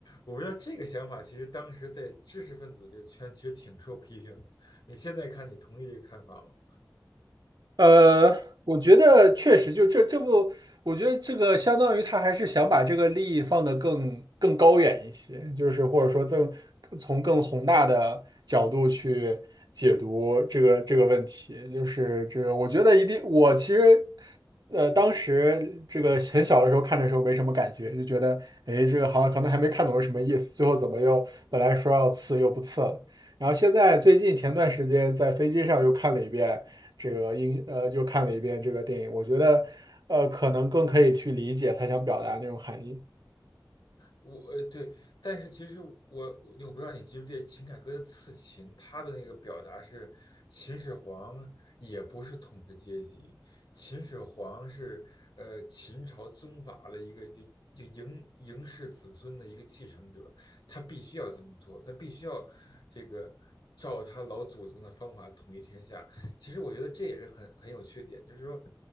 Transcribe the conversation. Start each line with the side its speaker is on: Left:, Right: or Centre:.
Left: 我不知道这个想法，其实当时在知识分子这个圈其实挺受批评的。你现在看，你同意这个看法吗？
Right: 呃，我觉得确实就这这不，我觉得这个相当于他还是想把这个利益放得更更高远一些，就是或者说更从更宏大的角度去解读这个这个问题，就是这个我觉得一定，我其实呃当时这个很小的时候看的时候没什么感觉，就觉得哎这个好像可能还没看懂是什么意思，最后怎么又本来说要刺又不刺了，然后现在最近前段时间在飞机上又看了一遍。这个英呃，就看了一遍这个电影，我觉得呃，可能更可以去理解他想表达那种含义。
Left: 我呃对，但是其实我我我不知道你记不记得秦凯歌的《刺秦》，他的那个表达是秦始皇也不是统治阶级，秦始皇是呃秦朝宗法的一个就就嬴嬴氏子孙的一个继承者，他必须要这么做，他必须要这个照他老祖宗的方法统一天下。其实我觉得这也是很很有缺点，就是说，